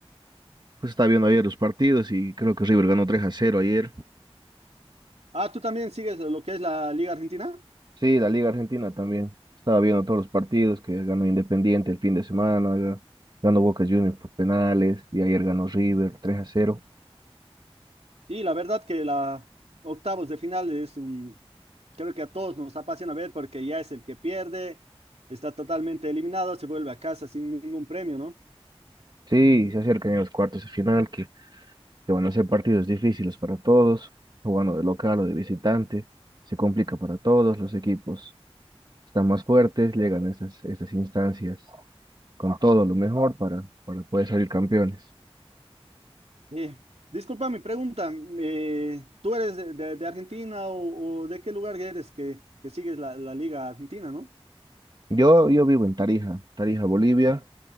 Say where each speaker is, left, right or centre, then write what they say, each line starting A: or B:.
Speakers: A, on the right; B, on the right.
A: Justo estaba viendo ayer los partidos y creo que River ganó 3 a cero ayer.
B: Ah, ¿tú también sigues lo que es la Liga Argentina?
A: Sí, la Liga Argentina también. Estaba viendo todos los partidos que ganó Independiente el fin de semana, ga- ganó Boca Juniors por penales y ayer ganó River 3 a cero.
B: Sí, la verdad que la octavos de final es un creo que a todos nos apasiona ver porque ya es el que pierde, está totalmente eliminado, se vuelve a casa sin ningún premio, ¿no?
A: Sí, se acercan ya los cuartos de final que, que van a ser partidos difíciles para todos, jugando de local o de visitante. Se complica para todos los equipos. Están más fuertes, llegan a esas, estas instancias con todo lo mejor para, para poder salir campeones.
B: Eh, disculpa mi pregunta, eh, ¿tú eres de, de- de Argentina o, o de qué lugar eres que, que sigues la, la Liga Argentina, ¿no?
A: Yo, yo vivo en Tarija, Tarija, Bolivia.